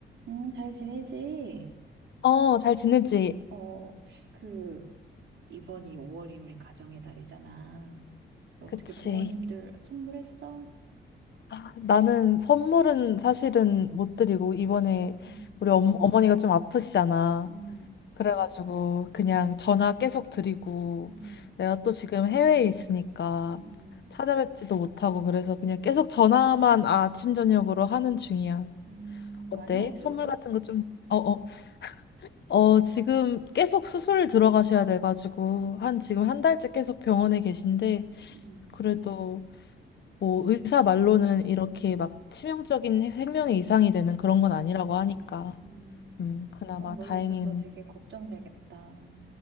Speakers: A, on the right (about 70°); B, on the left (about 60°).
A: 음, 잘 지내지?
B: 어, 잘 지내지?
A: 어, 그, 이번이 5월이 우리 가정의 달이잖아. 어떻게
B: 그치.
A: 부모님들 선물했어?
B: 아, 나는 선물은 사실은 못 드리고, 이번에
A: 응,
B: 우리 엄, 어머니가 좀 아프시잖아.
A: 음,
B: 그래가지고, 그냥 전화 계속 드리고,
A: 응,
B: 내가 또 지금 해외에 있으니까
A: 응,
B: 찾아뵙지도 못하고, 그래서 그냥 계속 전화만 아침, 저녁으로 하는 중이야.
A: 음, 많이
B: 어때?
A: 안 좋으셔?
B: 선물 같은 거 좀, 어, 어, 어, 지금 계속 수술 들어가셔야 돼가지고,
A: 어,
B: 한, 지금 한 달째 계속 병원에 계신데,
A: 응,
B: 그래도 뭐 의사 말로는 이렇게
A: 응,
B: 막 치명적인 생명의 이상이 되는 그런
A: 음.
B: 건 아니라고 하니까
A: 응.
B: 음 그나마
A: 아, 멀리
B: 다행인
A: 있어서 되게 걱정되겠다.